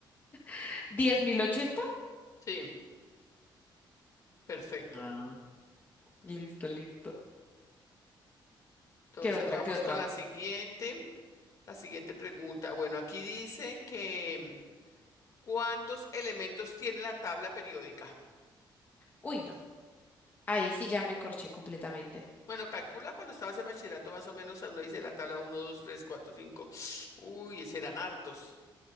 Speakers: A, on the left (about 20°); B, on the left (about 45°).
A: <laughs> 10.080.
B: sí, perfecto.
A: Ah, Listo, listo.
B: Entonces
A: ¿Qué otra?
B: vamos
A: ¿Qué otra?
B: con la siguiente, la siguiente pregunta. Bueno, aquí dice que ¿cuántos elementos tiene la tabla periódica?
A: Uy, no. Ahí sí ya me corché completamente.
B: Bueno, calcula cuando estabas en bachillerato más o menos, a uno dice la tabla uno, 2, 3, 4, 5. Uy, ese eran hartos.